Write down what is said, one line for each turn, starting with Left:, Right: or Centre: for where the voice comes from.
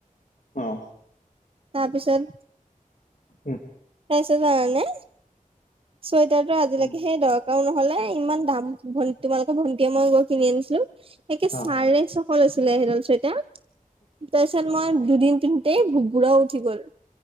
Left: অ',
Right: তাপিছত
Left: উম,
Right: তাপিছত জানা নে চুৱেটাৰটো আজিলেকে
Left: উম,
Right: হেই দৰকাৰো নহ'লে, ইমান দাম ভন তোমালোকৰ ভণ্টিয়ে মই গৈ কিনি আনিছিলো। একে চাৰে
Left: অ',
Right: ছশ লৈছিলে সেইডাল চুৱেটা। তাপিছত মই দুদিন পিন্ধোতেই ভু-ভুৰা উঠি গল।